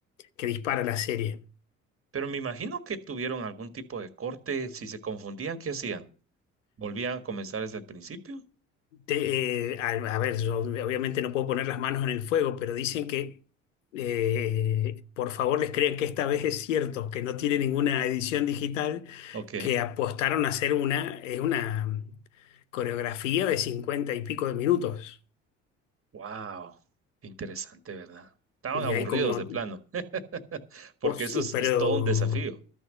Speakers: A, on the left (about 80°); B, on the right (about 35°).
A: que dispara la serie.
B: Pero me imagino que tuvieron algún tipo de corte. Si se confundían, ¿qué hacían? ¿Volvían a comenzar desde el principio?
A: Te- eh, a, a ver, yo obviamente no puedo poner las manos en el fuego, pero dicen que eh, por favor les crean que esta vez es cierto, que no tiene ninguna edición digital,
B: Ok.
A: que apostaron a hacer una, es una coreografía de cincuenta y pico de minutos.
B: Wow. Interesante, ¿verdad? Estaban
A: Y
B: aburridos
A: hay como,
B: de plano, <laughs> porque
A: os-
B: eso es,
A: pero,
B: es todo un desafío.